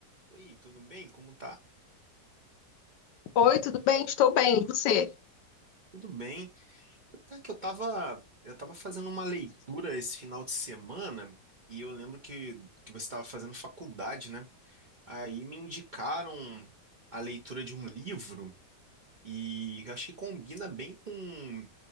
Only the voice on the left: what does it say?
Oi, tudo bem? Estou bem. E você?